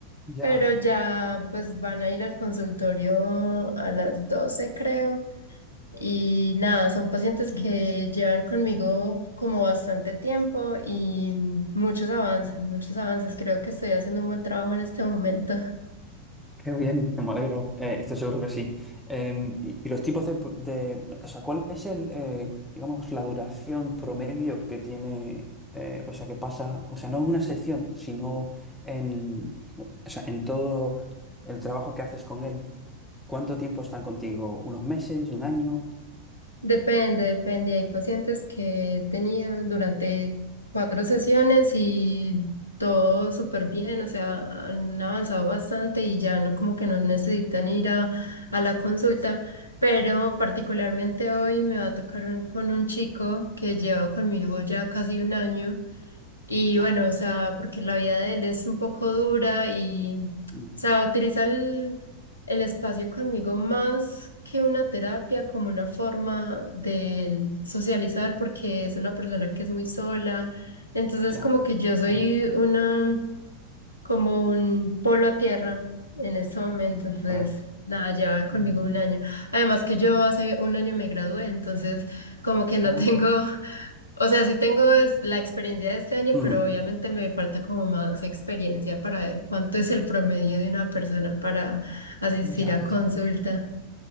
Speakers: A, in the centre; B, on the left.
A: Ya.
B: Pero ya pues van a ir al consultorio a las 12, creo. Y nada, son pacientes que llevan conmigo como bastante tiempo y muchos avances, muchos avances. Creo que estoy haciendo un buen trabajo en este momento.
A: Qué bien, me alegro. Eh, estoy seguro que sí. Em, y, y los tipos de, de- O sea, ¿cuál es el, eh, digamos, la duración promedio que tiene, eh, o sea, que pasa, o sea, no en una sección, sino en, o sea, en todo el trabajo que haces con él? ¿Cuánto tiempo están contigo? ¿Unos meses? ¿Un año?
B: Depende, depende. Hay pacientes que he tenido durante cuatro sesiones y todo súper bien, o sea, han avanzado bastante y ya no como que no necesitan ir a, a la consulta. Pero particularmente hoy me va a tocar un- con un chico que lleva conmigo ya casi un año. Y
A: Ya,
B: bueno, o sea, porque la vida de él es un poco dura y, o
A: mm,
B: sea, utiliza el, el espacio conmigo más que una terapia, como una forma de él socializar, porque es una persona que es muy sola. Entonces,
A: ya,
B: como que yo soy
A: hombre,
B: una como un polo a tierra en ese momento, entonces
A: claro.
B: nada, lleva conmigo
A: Mm,
B: un año. Además que yo hace un año me gradué, entonces como que no
A: ah,
B: tengo, <laughs> o sea, sí tengo es- la experiencia de este año,
A: ujú,
B: pero obviamente me falta como más experiencia para ver cuánto es el promedio de una persona para asistir
A: ya,
B: a consulta.
A: ya.